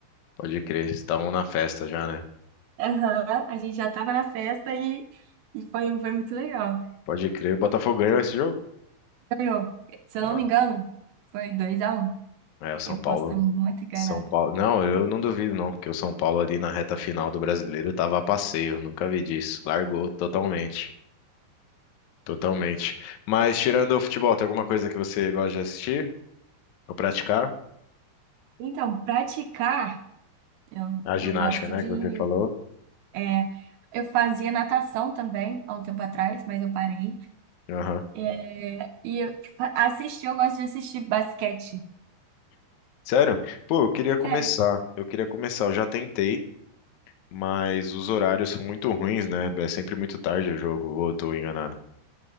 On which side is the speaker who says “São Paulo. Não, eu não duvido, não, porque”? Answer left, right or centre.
Left